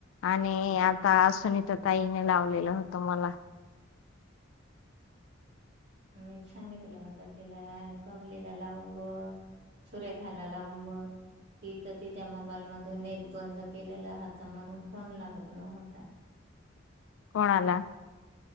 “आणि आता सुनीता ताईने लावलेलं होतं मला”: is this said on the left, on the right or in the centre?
Left